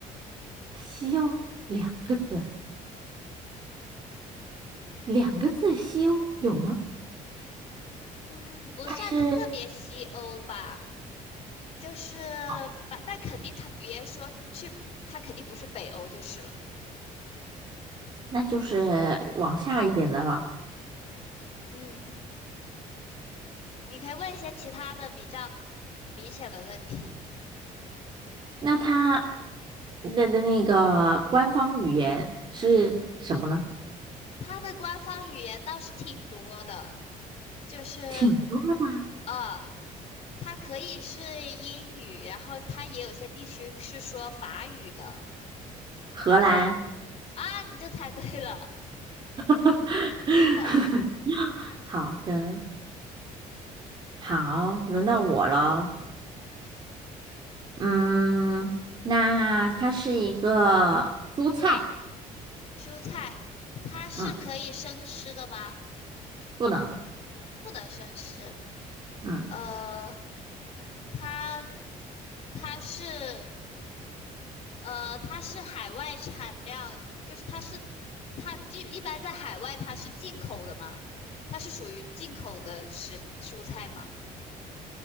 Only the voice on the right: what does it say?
西欧两个字，两个字西欧有吗？
它是，
哦，
那就是往下一点的了。
那它的的那个官方语言是什么呢？
挺多的啊
荷兰。
<laughs>
好的，好，轮到我了。
嗯，那它是一个蔬菜，
嗯，不能，
嗯，